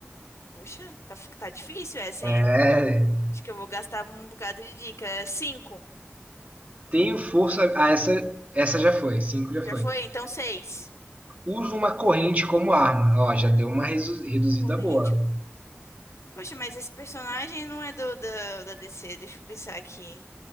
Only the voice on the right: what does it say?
É,
Tenho força. Ah, essa, essa já foi. Cinco já foi.
Uso uma corrente como arma. Ó, já deu uma resu- reduzida
boa.